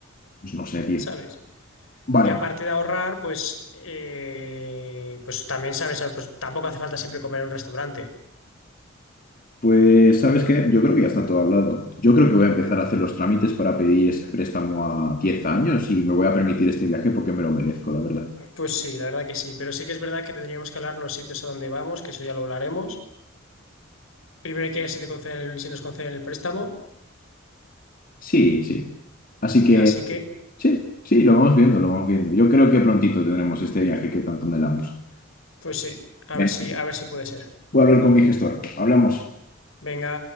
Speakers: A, on the left; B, on the left.
A: pues no sé, tío.
B: ¿sabes?
A: Vale,
B: Y aparte de ahorrar, pues, eh, pues también, ¿sabes? Pues tampoco hace falta siempre comer en un restaurante.
A: Pues, ¿sabes qué? Yo creo que ya está todo hablado. Yo creo que voy a empezar a hacer los trámites para pedir ese préstamo a 10 años y me voy a permitir este viaje porque me lo merezco, la verdad.
B: Pues sí, la verdad que sí, pero sí que es verdad que tendríamos que hablar los sitios a donde vamos, que eso ya lo hablaremos. Primero hay que ver si te conceden, si nos conceden el préstamo,
A: Sí, sí. Así que,
B: así que...
A: sí, sí, lo vamos viendo, lo vamos viendo. Yo creo que prontito tendremos este viaje que tanto anhelamos.
B: Pues sí, a
A: Venga,
B: ver si, a ver si puede ser.
A: voy a hablar con mi gestor. Hablamos.
B: Venga.